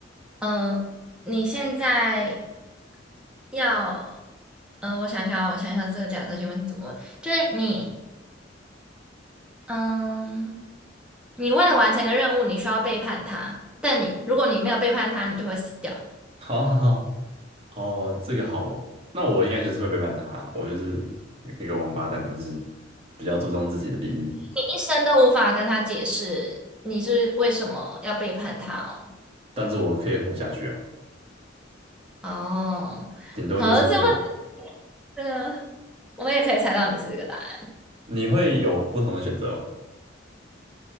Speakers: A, in the centre; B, on the right.
A: 嗯，你现在要嗯，呃我想一下哦我想一下这个假设性问题怎么问，就是你。嗯，你为了完成一个任务，你需要背叛他，但你如果你没有背叛他，你就会死掉。
B: <laughs> 好好好 <laughs>，哦，这个好哦，那我应该就是会背叛他啊，我就是一个王八蛋，我就是比较注重自己的利益，
A: 你一生都无法跟他解释你是为什么要背叛他哦。
B: 但是我可以活下去啊，
A: 哦，
B: 顶多就是
A: 好，这么了，这我也可以猜到你是这个答案。
B: 你会有不同的选择吗？